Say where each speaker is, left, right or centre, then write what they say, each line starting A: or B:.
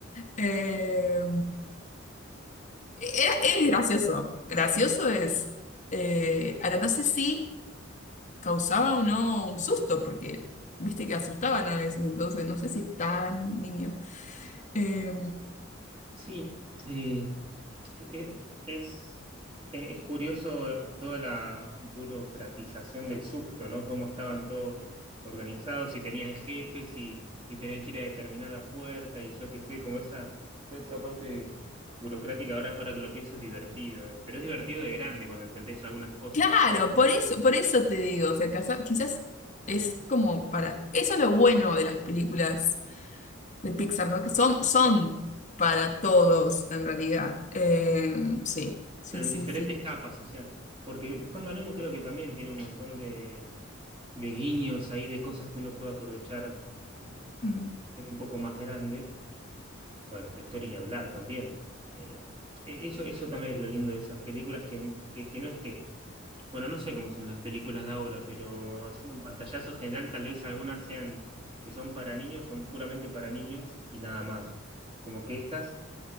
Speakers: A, on the left; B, on the right.
A: Eh, era, es gracioso. Gracioso es. eh, ahora, no sé si causaba o no un susto, porque viste que asustaban a veces, entonces no sé si tan niño. Eh,
B: Sí. eh, Eh, Es, eh, es curioso toda la burocratización del susto, ¿no? Cómo estaban todos organizados y tenían jefes y, y tenían que ir a determinada puerta y yo qué sé, como esa, toda esa parte burocrática, ahora, ahora que lo pienso es divertido, eh, Pero es divertido de grande cuando entendés algunas cosas,
A: Claro,
B: eh,
A: por eso, por eso te digo, o sea, casa- quizás es como para, eso es lo bueno de las películas de Pixar, ¿no? Que son, son para todos, en realidad. Eh, sí, sí,
B: pero en
A: sí,
B: diferentes
A: sí.
B: capas, o sea, porque Buscando a Nemo creo que también tiene un montón de, de guiños ahí, de cosas que uno puede aprovechar eh,
A: Mm.
B: en un poco más grande. Bueno, textura y ni hablar también. Eh, e- eso, eso también es lo lindo de esas películas, que, que- que no es que, bueno, no sé cómo son las películas de ahora, pero haciendo un pantallazo general, tal vez algunas sean, si son para niños, son puramente para niños y nada más. Como que estas